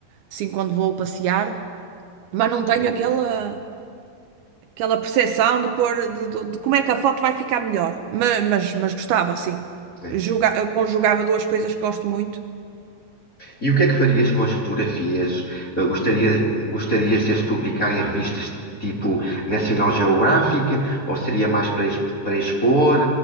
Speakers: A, on the right; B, on the left.
A: assim quando vou passear, mas não
B: sim,
A: tenho aquela, aquela percepção de, pôr, de, de- de como é que a foto vai ficar melhor. Ma- Mas, mas, gostava, sim.
B: é.
A: Juga- conjugava duas coisas que gosto muito.
B: E o que é que farias com as fotografias? Eh, Gostaria, gostarias de as publicar em revistas tipo National Geographic? Ou seria mais para, expo- para expor?